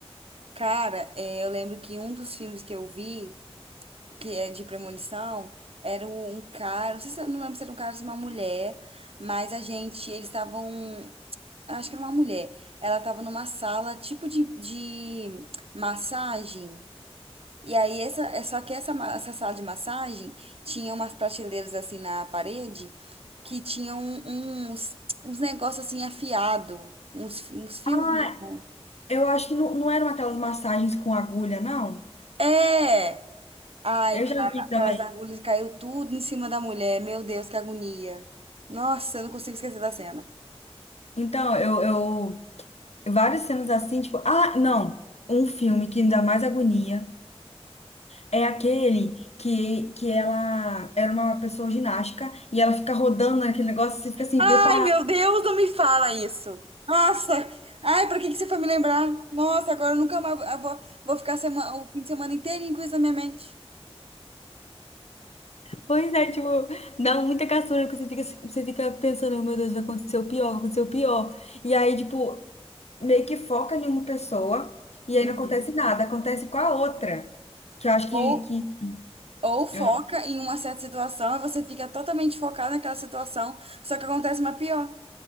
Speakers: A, on the right; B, on the left.
A: Cara, é, eu lembro que um dos filmes que eu vi, que é de premonição, era um um cara, não sei se eu não lembro se era um cara ou se uma mulher, mas a gente, eles estavam, acho que era uma mulher, ela estava numa sala tipo de, de massagem. E aí, essa, é só que essa, ma- essa sala de massagem tinha umas prateleiras assim na parede que tinham uns, uns negócios assim afiado, uns, uns fios,
B: Ah,
A: não.
B: eu acho que não, não eram aquelas massagens com agulha, não.
A: É! Ai,
B: Eu
A: cara,
B: já vi
A: aquelas
B: também.
A: agulhas caiu tudo em cima da mulher. Meu Deus, que agonia. Nossa, eu não consigo esquecer da cena.
B: Então, eu, eu, várias cenas assim, tipo, ah, não. Um filme que me dá mais agonia é aquele que, que ela era uma pessoa ginástica e ela fica rodando naquele negócio, você fica assim,
A: Ai,
B: preparada
A: meu Deus, não me fala isso. Nossa, ai, pra que que você foi me lembrar? Nossa, agora eu nunca mais eu vou, vou ficar sema- o fim de semana inteirinho com isso na minha mente.
B: Pois é, tipo, dá muita caçura, que você fica, você fica pensando, "Oh, meu Deus, vai acontecer o pior, vai acontecer o pior. E aí, tipo, meio que foca em uma pessoa e aí
A: Uhum.
B: não acontece nada, acontece com a outra. Que eu acho
A: Ou
B: que, que...
A: Ou foca
B: ah,
A: em uma certa situação e você fica totalmente focado naquela situação, só que acontece uma pior.